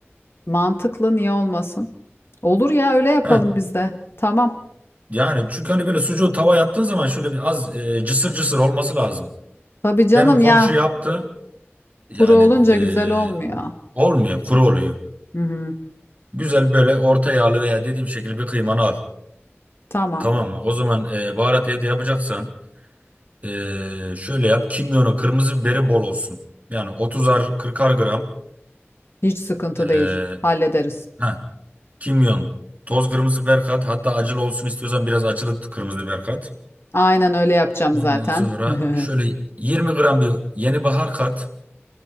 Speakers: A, on the left (about 60°); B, on the right (about 35°).
A: Mantıklı niye olmasın? Olur ya öyle yapalım
B: Heh,
A: biz de. Tamam.
B: yani çünkü hani böyle sucuğu tavaya attığın zaman şöyle bir az e, cısır cısır olması lazım.
A: Tabii canım
B: Benim komşu
A: ya.
B: yaptı. Yani
A: Kuru olunca
B: e,
A: güzel olmuyor.
B: olmuyor, kuru oluyor.
A: Hı hı.
B: Güzel böyle orta yağlı veya dediğim şekilde bir kıymanı al.
A: Tamam.
B: Tamam mı? O zaman e, baharat evde yapacaksan e, şöyle yap. Kimyonu, kırmızı biberi bol olsun. Yani 30'ar 40'ar gram.
A: Hiç sıkıntı
B: E,
A: değil. Hallederiz.
B: heh, Kimyon, toz kırmızı biber kat. Hatta acılı olsun istiyorsan biraz acılı kırmızı biber kat.
A: Aynen öyle yapacağım
B: Ondan
A: zaten.
B: sonra
A: <laughs>
B: şöyle 20 gram bir yeni bahar kat.